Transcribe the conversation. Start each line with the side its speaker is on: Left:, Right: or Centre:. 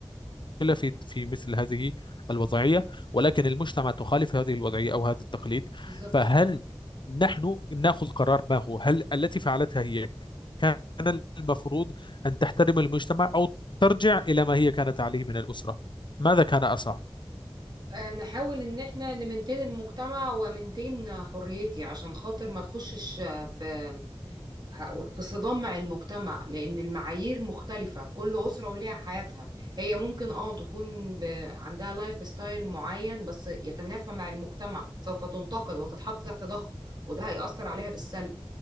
Left: مشكلة في في مثل هذه الوضعية ولكن المجتمع تخالف هذه الوضعية أو هذا التقليد
Right: بالظبط
Left: فهل نحن نأخذ قرار ما هو هل التي فعلتها هي كان المفروض أن تحترم المجتمع أو ترجع إلى ما هي كانت عليه من الأسرة ماذا كان أصح
Right: آه، نحاول ان احنا نمنتين المجتمع ومنتين حريتي عشان خاطر ما تخشش آه، في ه- في صدام مع المجتمع لان المعايير مختلفة كل اسرة وليها حياتها هي ممكن اه تكون ب... عندها لايف ستايل معين بس يتنافى مع المجتمع سوف تنتقد وهتتحط تحت ضغط وده هيأثر عليها بالسلب